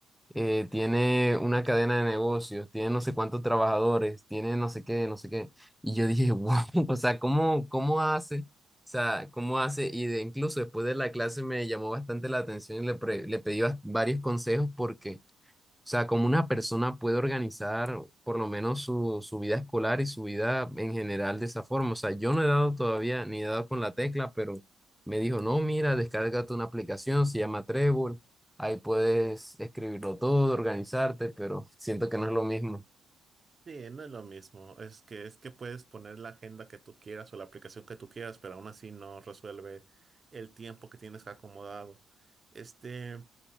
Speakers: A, in the centre; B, on the right.
A: eh, tiene una cadena de negocios, tiene no sé cuántos trabajadores, tiene no sé qué, no sé qué. Y yo dije, wow, <laughs> o sea, ¿cómo, cómo hace? O sea, ¿cómo hace? Y de, incluso después de la clase me llamó bastante la atención y le, pre- le pedí bas- varios consejos porque o sea, cómo una persona puede organizar por lo menos su, su vida escolar y su vida en general de esa forma. O sea, yo no he dado todavía ni he dado con la tecla, pero me dijo, no, mira, descárgate una aplicación, se llama Trello, ahí puedes escribirlo todo, organizarte, pero siento que no es lo mismo.
B: Sí, no es lo mismo. Es que es que puedes poner la agenda que tú quieras o la aplicación que tú quieras, pero aún así no resuelve el tiempo que tienes acomodado. Este,